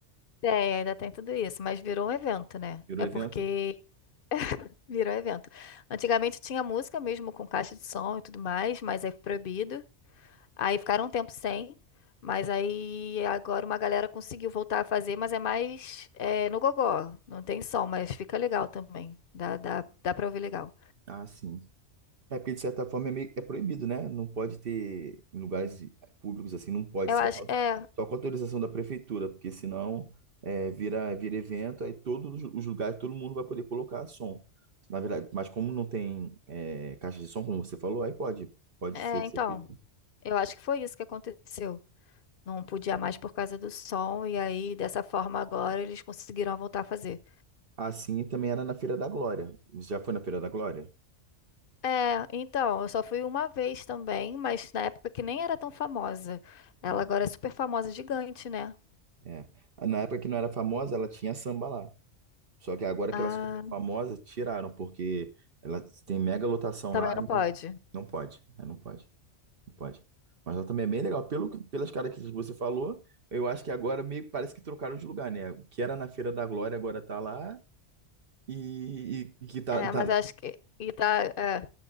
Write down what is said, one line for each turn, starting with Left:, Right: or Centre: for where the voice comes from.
Left: tem, ainda tem tudo isso, mas virou um evento, né?
Right: Virou
Left: É
Right: evento?
Left: porque virou um evento. Antigamente tinha música mesmo com caixa de som e tudo mais, mas aí foi proibido. Aí ficaram um tempo sem, mas aí agora uma galera conseguiu voltar a fazer, mas é mais é, no gogó. Não tem som, mas fica legal também. Dá, dá, dá pra ouvir legal.
Right: Ah, sim. É porque, de certa forma, é, meio- é proibido, né? Não pode ter, em lugares públicos assim, não pode,
Left: Eu
Right: só
Left: acho,
Right: com, a-
Left: é,
Right: só com autorização da prefeitura, porque senão é, vira, vira evento, aí todos os lugares, todo mundo vai poder colocar som. Na verdade, mas como não tem é, caixa de som, como você falou, aí pode, pode
Left: é,
Right: ser, ser
Left: então,
Right: feito.
Left: eu acho que foi isso que aconteceu. Não podia mais por causa do som, e aí dessa forma agora eles conseguiram voltar a fazer.
Right: Assim também era na Feira da Glória. Você já foi na Feira da Glória?
Left: É, então, eu só fui uma vez também, mas na época que nem era tão famosa. Ela
Right: Ah,
Left: agora é super famosa, gigante, né?
Right: é. Na época que não era famosa, ela tinha samba lá. Só que agora
Left: Ah,
Right: que ela se tornou famosa, tiraram, porque ela tem mega lotação
Left: também
Right: lá
Left: não
Right: e
Left: pode.
Right: não, não pode. né? Não pode, não pode. Mas ela também é bem legal. Pelo, que- pelas características que você falou, eu acho que agora meio que parece que trocaram de lugar, né? O que era na Feira da Glória agora tá lá e, e- e que tá,
Left: É,
Right: tá
Left: mas
Right: lá.
Left: acho que. E tá, é,